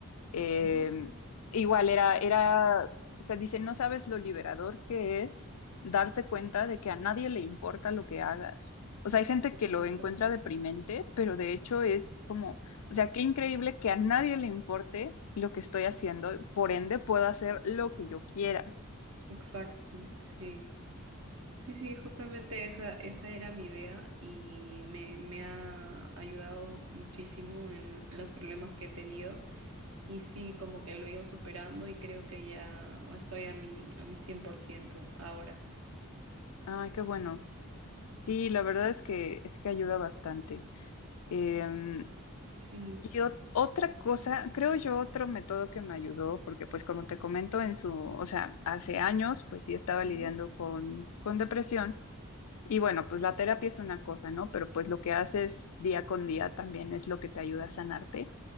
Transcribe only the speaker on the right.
Ujú.
Exacto,
exacto, sí. Sí, sí, justamente esa, esa era mi idea y me, me ha ayudado muchísimo en los problemas que he tenido y sí, como que lo he ido superando y creo que ya estoy a mi, a mi cien por ciento ahora.
Sí,
ujú,